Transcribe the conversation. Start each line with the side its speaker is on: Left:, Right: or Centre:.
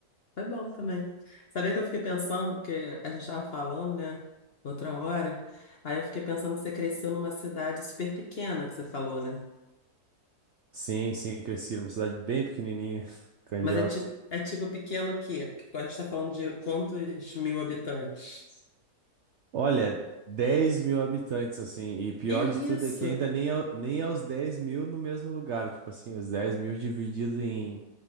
Left: Foi bom também. Sabia que eu fiquei pensando, que a gente estava falando, né, outra hora, aí eu fiquei pensando que você cresceu numa cidade super pequena, que você falou, né?
Right: Sim, sim, cresci numa cidade bem pequenininha, <laughs> Candiota.
Left: Mas é, ti é tipo pequeno o quê? Porque A gente está falando de quantos mil habitantes?
Right: Olha, dez mil habitantes, assim, e pior
Left: Que isso?
Right: de tudo é que ainda nem é, nem é os 10 mil no mesmo lugar. Tipo assim, os 10 mil dividido em